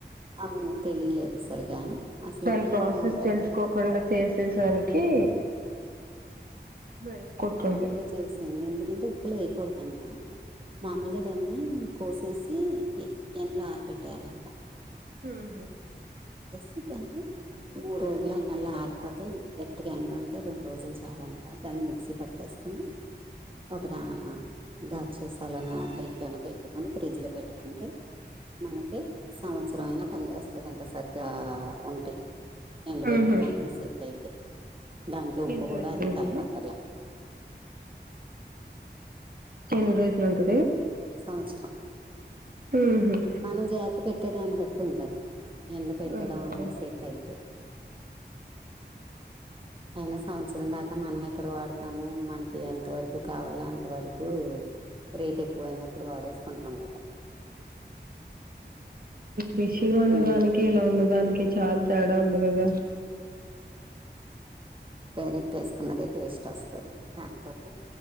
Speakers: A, on the right; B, on the right.
A: అవును తెలిలేదు సరిగా. అసలు
B: దాని
A: ఉప్పులో
B: ప్రాసెస్
A: ఊర పెట్టకర్లే
B: తెలుసుకోకుండా చేసేసరికి బెడిసి కొట్టుంటది
A: అలాగే చేసాను ఎందుకంటే ఉప్పులొ ఎయ్యకూడదన్. ఆ మామూలుగా దాన్ని కోసేసి, ఇ ఎండ్లో ఆర పెట్టేయాలంట.
B: హుహు
A: దాన్ని మూడురోజుల అంగళ్ళ ఆరిపోతయ్, గట్టిగా ఎండుంటే రెండ్రోజులు చాలంట దాన్ని మిక్సీ పె ట్టేస్కుని, ఒక దా గాజ్ సీసలొనొ దెంట్లోనొ పెట్టుకుని ఫ్రిడ్జ్ లో పెట్టుకుంటే, మనకి సంవచ్రం అయినా పని చేస్తందంట సరిగా అవుంటయ్. ఎండ పెట్టుకున
B: ఉహు
A: అన్నీ సేట్టైతే. దాంట్లో ఉప్పు
B: ఎన్ని
A: కూడా
B: రోజులు
A: అది
B: ఉంటది
A: కలపక్కర్ల
B: ఎన్ని రోజులు ఉంటది.
A: సంవచ్రం.
B: ఉహు
A: మనం జాతపెట్టే దాన్ని బట్టి ఉంటది. ఎండ పెట్టడం
B: అదేలే
A: అన్నీ సెట్టైయితే అయినా సంవచ్రం దాకా మనంమెక్కడ వాడతాము మనకి ఎంత వరకు కావాలా అంతవరకు రేట్ ఎక్కువైనప్పుడు వాడేసుకుంటం కదా.
B: బిష్ గా ఉన్న
A: ఉమ్,
B: దానికి ఎలా ఉన్నదానికి ఇ చాల్ తెడా ఉన్న గగ
A: డైరెట్టేసుకున్నదైదె టేస్ట్ వస్తది. కాకపోతే